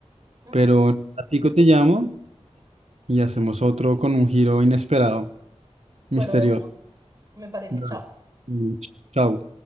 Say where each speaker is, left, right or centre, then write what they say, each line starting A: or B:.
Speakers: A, on the right; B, on the right.
A: Ujú.
B: pero a ti te llamo y hacemos otro con un giro inesperado,
A: Bueno,
B: misterioso.
A: de uno, me parece.
B: Dale.
A: Chao.
B: Mm, Chao.